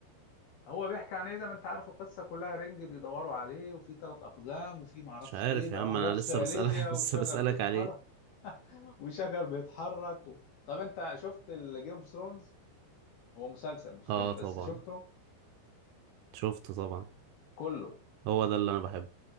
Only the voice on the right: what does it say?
مش عارف
يا عم
انا
لسه بسألك <laughs> لسه
بسألك
عليه
اه
طبعا
شفته طبعا
هو ده اللي انا بحبه